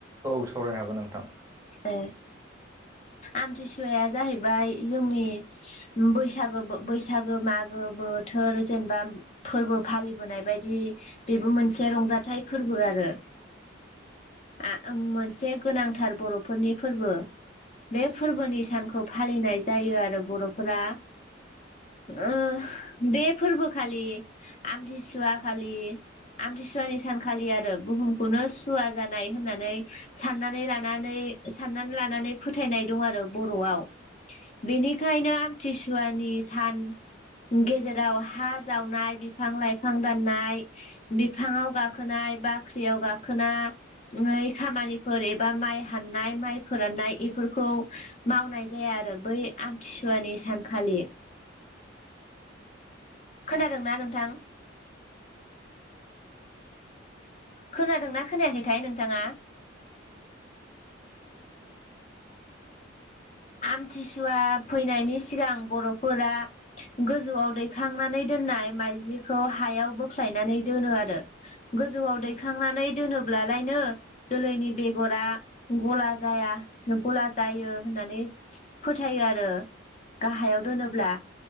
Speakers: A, on the right (about 15°); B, on the left (about 35°).
A: औ सावरायनो हागोन नोंथां।
B: ए आमथिसुवाया जाहैबाय जोंनि बैसागो बैसागो मागो बोथोर जेनेबा फोरबो फालिबोनाय बायदि बेबो मोनसे रंजाथाइ फोरबो आरो आ ओम मोनसे गोनांथार बर'फोरनि फोरबो बे फोरबोनि सानखौ फालिनाय जायो आरो बर'फोरा ओ बे फोरबो खालि आमथिसुवा खालि आमथिसुवानि सानखालि आरो बुहुमखौनो सुवा जानाय होननानै साननानै ला नानै साननानै लानानै फोथायनाय दं आरो बर'आव बेनिखायनो आमथिसुवानि सान गेजेराव हा जावनाय बिफां लाइफां दाननाय बिफांआव गाखोनाय बाख्रियाव गाखोना नै खामानिफोर ए बा माइ हाननाय माइ फोराननाय बेफोरखौ मावनाय जाया आरो बै आमथिसुवानि सानखालि खोनादोंना नोंथां खोनादोंना खोनायाखैथाय नोंथाङा आमथिसुवा फैनायनि सिगां बर'फोरा गोजौआव दैखांनानै दोननाय माइज्लिखौ हायाव बोख्लायनानै दोनो आरो गोजौआव दैखांनानै दोनोब्लालायनो जोलैनि बेगरा गला जाया जों गला जायो होननानै फोथायो आरो गाहायाव दोनोब्ला